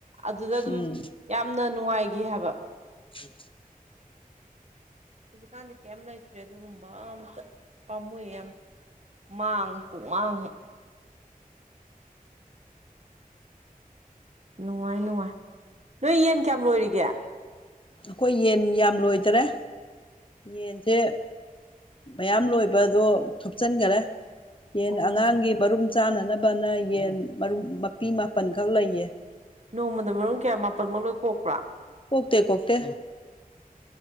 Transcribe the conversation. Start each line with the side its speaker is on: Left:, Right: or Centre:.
Right: ꯑꯗꯨꯗ ꯑꯗꯨꯝ
Left: ꯎꯝ
Right: ꯌꯥꯝꯅ ꯅꯨꯡꯉꯥꯏꯈꯤ ꯍꯥꯏꯕ꯫
Left: ꯎ꯫
Right: ꯍꯧꯖꯤꯛꯀꯥꯟꯗꯤ ꯀꯦꯝ ꯂ ꯏꯠ꯭ꯔꯦ ꯑꯗꯨ ꯑꯗꯨꯒꯨꯝꯕ ꯑꯝꯇ ꯄꯥꯝꯃꯨꯏ ꯑꯃ ꯃꯥꯡ ꯄꯃꯥꯡꯉ ꯅꯨꯡꯉꯥꯏ ꯅꯨꯡꯉꯥꯏ ꯅꯣꯏ ꯌꯦꯟ ꯀꯌꯥꯝ ꯂꯣꯏꯔꯤꯒꯦ꯫
Left: ꯑꯩꯈꯣꯏ ꯌꯦꯟ ꯌꯥꯝ ꯂꯣꯏꯗꯔꯦ꯫ ꯌꯦꯟꯁꯦ ꯃꯌꯥꯝ ꯂꯣꯏꯕꯗꯣ ꯊꯨꯞꯆꯟꯈꯔꯦ꯫ ꯌꯦꯟ
Right: ꯑꯣ
Left: ꯑꯉꯥꯡꯒꯤ ꯃꯔꯨꯝ ꯆꯥꯅꯅꯕꯅ ꯌꯦꯟ ꯃꯔꯨꯝ ꯃꯄꯤ ꯃꯥꯄꯜ ꯈꯛ ꯂꯩꯌꯦ
Right: ꯅꯣꯡꯃꯗ ꯃꯔꯨꯝ ꯀꯌꯥ ꯃꯥꯄꯜꯃꯛ ꯂꯣꯏ ꯀꯣꯛꯄ꯭ꯔꯥ
Left: ꯀꯣꯛꯇ ꯀꯣꯛꯇꯦ